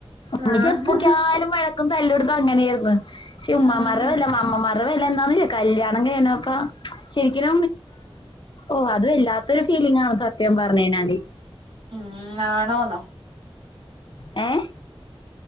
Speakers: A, on the left (about 50°); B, on the right (about 65°).
A: ഉമ്മച്ചി-
B: ആഹ്
A: എപ്പോക്കിയാലും വഴക്കും, തല്ലു- പിടുത്തങ്ങനെയാണ്. ചേ, ഉമ്മാരുടെ
B: ആഹ്
A: വെല, അമ്മമാരുടെ വെല എന്താന്ന്- കല്ല്യാണം കഴിഞ്ഞ പ്പോ ശരിക്കും- ഓ അത് വല്ലാത്തൊരു- ഫീലിംഗാണ് സത്യം- പറഞ്ഞയിഞ്ഞാൽ.
B: ഉം.., ആണോന്നോ?
A: ഏഹ..,